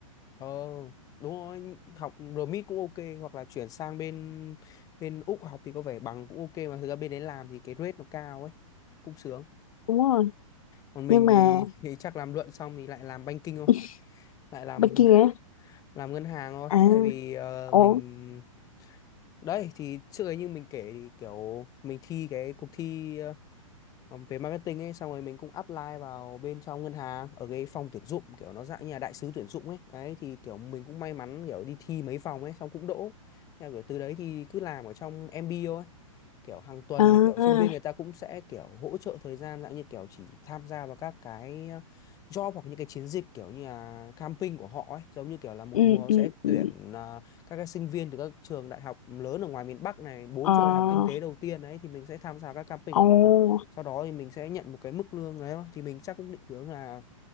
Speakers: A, on the left (about 20°); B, on the left (about 80°).
A: Ờ, đúng rồi, học RMIT cũng ok hoặc là chuyển sang bên bên Úc học thì có vẻ bằng cũng ok mà thực ra bên đấy làm thì cái rate nó cao ấy, cũng sướng.
B: đúng rồi
A: Còn mình
B: nhưng mà
A: thì, <laughs> thì chắc làm luận xong thì lại làm banking thôi,
B: <laughs>
A: lại làm
B: bên kia á,
A: <laughs> làm ngân hàng thôi
B: à
A: tại vì ờ, mình
B: ồ
A: đấy thì trước ấy như mình kể thì kiểu mình thi cái cuộc thi ờ, Ờ, về marketing ấy xong rồi mình cũng apply vào bên trong ngân hàng ở cái phòng tuyển dụng kiểu nó dạng như là đại sứ tuyển dụng ấy đấy thì kiểu mình cũng may mắn kiểu đi thi mấy vòng ấy xong cũng đỗ theo kiểu từ đấy thì cứ làm ở trong MB thôi kiểu hàng tuần
B: à
A: thì kiểu sinh viên người ta cũng sẽ kiểu hỗ trợ thời gian dạng như kiểu chỉ tham gia vào các cái ờ, job hoặc những cái chiến dịch kiểu như là camping của họ ấy giống như kiểu là một
B: ừ
A: mùa
B: ừ
A: sẽ
B: ừ
A: tuyển à, các cái sinh viên từ các trường đại học lớn ở ngoài miền Bắc này bốn
B: ờ
A: trường đại học kinh tế đầu tiên ấy thì mình sẽ tham gia các camping của
B: ồ
A: họ sau đó thì mình sẽ nhận một cái mức lương đấy thôi thì mình chắc cũng định hướng là